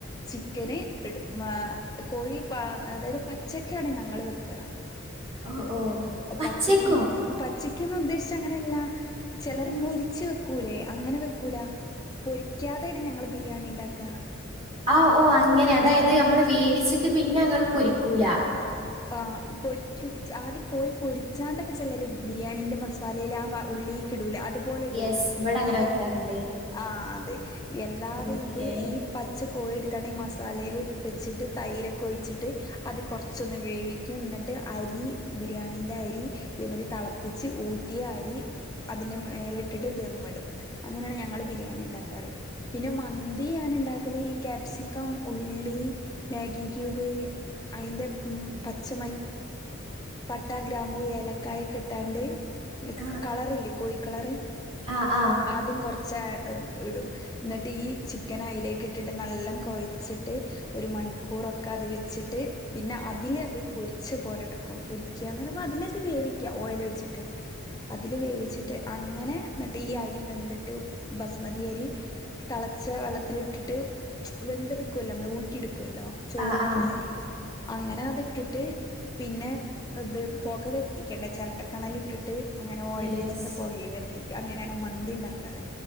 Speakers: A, on the left; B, on the right.
A: ചിക്കന് ഇടും ഏ കോഴി പാ അതായത് പച്ചക്കാണ് ഞാ ങ്ങള് വെക്ക
B: ഓഹ് ഓഹ് പച്ചക്കോ
A: പച്ചക്കും പച്ച ക്കെന്ന് ഉദ്ദേശിച്ച അങ്ങനെല്ല ചെലർ
B: ഉം
A: പൊരിച്ച് വെക്കൂലേ അങ്ങനെ വെക്കൂല പൊരിക്കാതെണ് ഞങ്ങള് ബിരിയാണി ഇണ്ടാക്ക
B: ആഹ് ഓ അങ്ങനെ അതായത് നമ്മള് വേവിച്ചിട്ട് പിന്നെ ങ്ങള് പൊരിക്കൂല
A: ആഹ് പൊരിക്കൂല് ച്ച് ആദ്യ കോയി പൊരിച്ചാണ്ടൊക്കെ ചെലര് ബിരിയാണീന്റെ മസ് സാലേല് ആ വ ഉള്ളിക്കിടൂല്ല അതുപോലെ ഇടൂല
B: യെസ് ഇവിടെ അങ്ങനെ
A: ഇത്
B: വെക്കാറുണ്ട്
A: ആ അതെ എല്ലാതെ
B: ഓക്കെ
A: ഇത് ഈ പച്ച കോഴിയ്യെടുത്താണ്ട് ഈ മസാലേല് വെച്ചിട്ട് തൈരൊക്കെ ഒഴിച്ചിട്ട് അത് കൊർ ച്ചൊന്ന് വേവിക്കും എന്നിട്ട് അരി ബിരിയാണിന്റെ അരി ഇതേമാരി തളപ്പിച്ച് ഊറ്റിയ അരി അതിന്റെ മേലേ ഇട്ടിട്ട് ധം ഇടും അങ്ങനെണ് ഞങ്ങള് ബിരിയാണി ഇണ്ടാക്കാറ് പിന്നെ മൻ തി എങ്ങനെ ഇണ്ടാക്കല് ഈ ക്യാപ്സിക്കം ഉള്ളി മ്യാ ഗി ക്യൂബ് അയിൻ്റെ ഉം പച് ട്ട ഗ്രാമ്പു ഏലക്കായക്ക്ട്ടാണ്ട്
B: ആ
A: കളറില്ലേ കോഴി കളറ്
B: ആ ആ ആ
A: അതും കൊറ ച്ച് അം ഇടും എന്നിട്ട് ഈ ചിക്കനയിലേകിട്ടിട്ട് നല്ലം കൊയച്ചിട്ട് ഒരു മണിക്കൂറോക്കെ അത് വെച്ചിട്ട് പിന്നെ അതിലത് പൊരിച്ച പോലെ എടുക്കും പൊരിക്ക്യന്ന് പറയുമ്പ അതിലത് വേവിക്ക്യ ഓയിലൊയിച്ചിട്ട്- അതില് വേവിച്ചിട്ട് അ അങ്ങനെ എന്നിട്ട് ഈ അരി വെന്തിട്ട് ബസ്മതി അരി തെളച്ച വെളളത്തിലിട്ടിട്ട് വെന്തേടുക്കുമല്ലോ നമ്മള് ഊറ്റി എടു ക്കുല്ലോ ചോറ്
B: ആ ആ
A: ഉറ്റണ
B: ആ
A: അരി. അങ്ങനെ അതിട്ടിട്ട് പിന്നെ ഇത് പോക വരുത്തിക്കണ്ടെ ചെരട്ടക്കനലിട്ടിട്ട്. അങ്ങനെ ഓയില്
B: യെസ്
A: വെച്ചണ്ട് പോകയും വരെ ക്ക് അങ്ങനെയാണ് മന്തി ഇണ്ടാക്കാറ്.